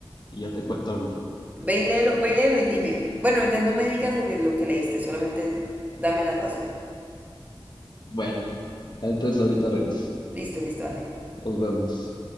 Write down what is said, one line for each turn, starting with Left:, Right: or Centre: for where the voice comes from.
Left: Y ya te cuento ahorita.
Right: Ve y léelo, ve y léelo y dime. Bueno, ahorita no me digas lo que, lo que leíste, solamente dame la razón.
Left: Bueno, entonces ahorita regreso.
Right: Listo, listo, dale.
Left: Nos vemos.